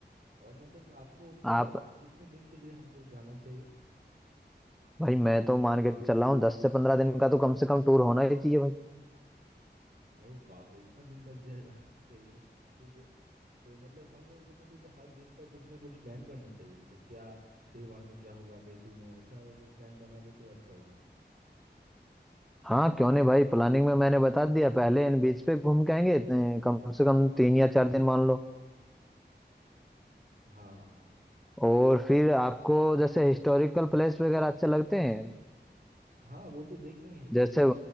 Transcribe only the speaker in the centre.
आप
भाई मैं तो मान के चल रहा हूँ दस से पंद्रह दिन का तो कम से कम टूर होना ही चाहिए भाई
हाँ क्यों नहीं भाई प्लानिंग में मैंने बता दिया पहले इन बीच पे घूम के आएंगे इतने- कम से कम तीन या चार दिन मान लो
और
फिर आपको जैसे हिस्टोरिकल प्लेस वगैरह अच्छे लगते हैं
जैसे